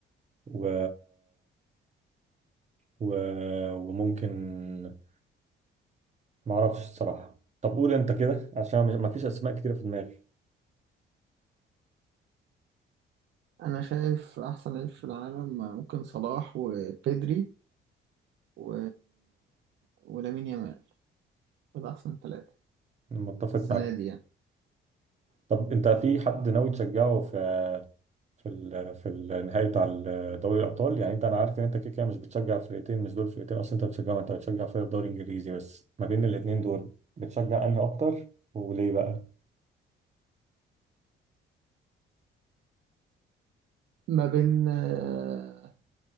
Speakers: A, on the right; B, on the right.
A: و... و... وممكن ما اعرفش الصراحة طب قول انت كده عشان ما فيش اسماء كتيرة في دماغي
B: انا شايف احسن لعيب في العالم ممكن صلاح وبيدري و... ولامين يامال دول احسن ثلاثة
A: متفق
B: السنة
A: معاك
B: دي يعني
A: طب انت في حد ناوي تشجعه في في ال... في النهائي بتاع ال- دوري الابطال يعني انت انا عارف ان انت كده كده مش بتشجع فرقتين مش دول فرقتين اصلا انت بتشجعهم انت بتشجع فرق الدوري الانجليزي بس ما بين الاتنين دول بتشجع انهي اكتر وليه بقى
B: ما بين آه،